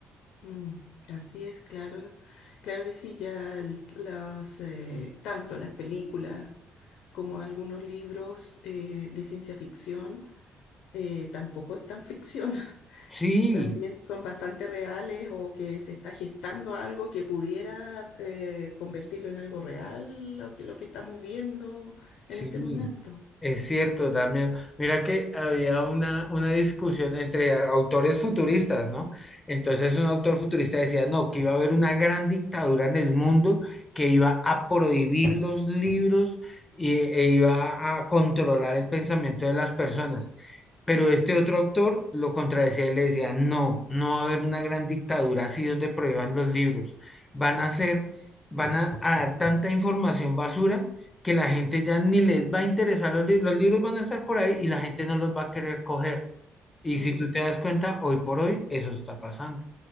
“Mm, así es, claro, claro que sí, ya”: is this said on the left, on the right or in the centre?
Left